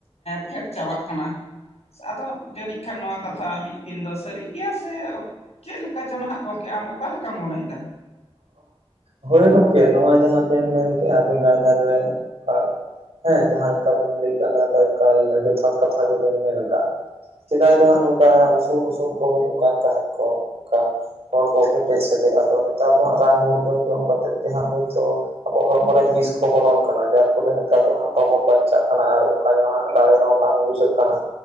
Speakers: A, on the left; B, on the right.
A: ᱯᱷᱮᱰ ᱪᱟᱵᱟᱜ ᱠᱟᱱᱟ ᱟᱫᱚ ᱡᱟᱹᱱᱤᱡ ᱠᱷᱟᱱ ᱱᱚᱣᱟ ᱠᱟᱛᱷᱟ ᱢᱤᱫ ᱫᱤᱱ ᱫᱚ ᱥᱟᱹᱨᱤᱜ ᱜᱮᱭᱟ ᱥᱮ ᱪᱮᱫ ᱞᱮᱠᱟ ᱪᱚᱝ ᱱᱟᱦᱟᱜ ᱜᱚᱝᱠᱮ ᱟᱢ ᱚᱠᱟ ᱞᱮᱠᱟᱢ ᱢᱚᱱᱮᱭᱟ
B: ᱦᱳᱭ ᱜᱚᱢᱠᱮ ᱱᱚᱣᱟ ᱡᱟᱦᱟᱸ ᱵᱮᱤᱱ ᱢᱮᱱ ᱠᱮᱜᱼᱟ ᱵᱮᱸᱜᱟᱲ ᱫᱷᱟᱨ ᱨᱮᱠᱟ ᱦᱮᱸ ᱡᱟᱦᱟᱸ ᱞᱮᱠᱟ ᱵᱤᱱ ᱞᱟᱹᱭ ᱠᱟᱜᱼᱟ ᱡᱚᱛᱷᱟᱛ ᱠᱟᱛᱷᱟ ᱜᱮᱵᱮᱱ ᱢᱮᱱ ᱟᱠᱟᱜᱼᱟ ᱥᱮᱫᱟᱭ ᱫᱚ ᱦᱟᱸᱜ ᱱᱚᱝᱠᱟ ᱩᱥᱩᱞᱼ ᱩᱥᱩᱞ ᱠᱚ ᱦᱩᱭᱩᱜ ᱠᱟᱱ ᱛᱟᱦᱮᱸᱫ ᱠᱚ ᱚᱱᱠᱟ ᱦᱚᱲ ᱠᱚ ᱠᱮᱴᱮᱡ ᱥᱮᱴᱮᱡᱼᱟ ᱟᱫᱚ ᱱᱮᱛᱟᱨ ᱫᱚ ᱦᱟᱸᱜ ᱨᱟᱱ ᱢᱩᱨᱜᱟᱹᱱ ᱡᱚᱢ ᱠᱟᱛᱮᱜ ᱜᱮ ᱦᱟᱸᱜ ᱦᱳᱭᱛᱳ ᱟᱵᱚ ᱦᱚᱲᱢᱚ ᱨᱮ ᱵᱤᱥ ᱠᱚ ᱵᱚᱞᱚᱱ ᱠᱟᱱᱟ ᱡᱟᱨ ᱯᱷᱚᱞᱮ ᱱᱮᱛᱟᱨ ᱫᱚᱜ ᱵᱟᱵᱚᱱ ᱵᱟᱧᱪᱟᱜ ᱠᱟᱱᱟ ᱟᱨ ᱚᱱᱠᱟ ᱧᱚᱜᱟᱜ <inaudible> ᱫᱟᱲᱮ ᱦᱚᱸ ᱵᱟᱝ ᱵᱩᱡᱷᱟᱹᱜ ᱠᱟᱱᱟ